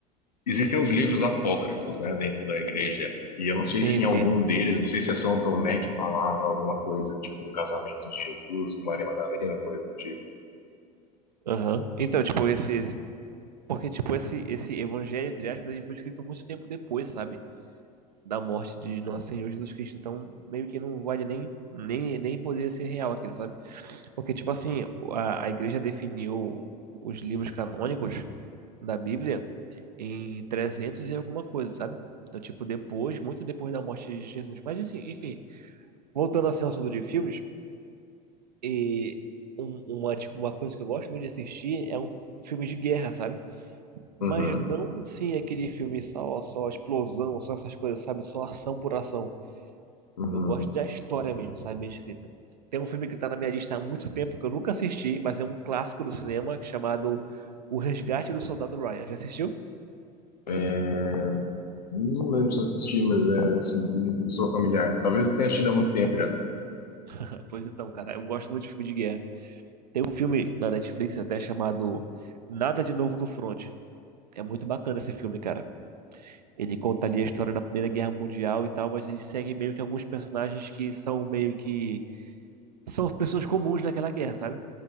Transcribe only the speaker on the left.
Existem os livros apócrifos, né, dentro da igreja. E eu não sei
se em
algum deles, não sei se é São Tomé que falava alguma coisa, tipo, do casamento de Jesus com Maria Madalena, coisa do tipo.
Uhum,
uhum.
É, Não lembro se eu assisti, mas é, isso me- me sou familiar. Talvez eu tenha assistido há muito tempo já.